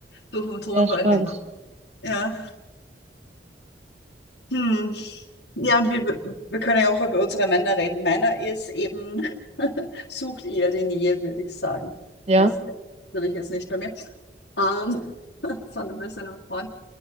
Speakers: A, on the left; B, on the right.
A: so vom Tonfall
B: sehr spannend.
A: her. ne? Ja. Hm. Ja, und wir, wir können ja auch über unsere Männer reden. Meiner ist eben, <laughs> sucht eher die Nähe, würde ich sagen.
B: Ja.
A: Ist natürlich jetzt nicht bei mir. Ähm, <laughs> von ein bisschen im Freund.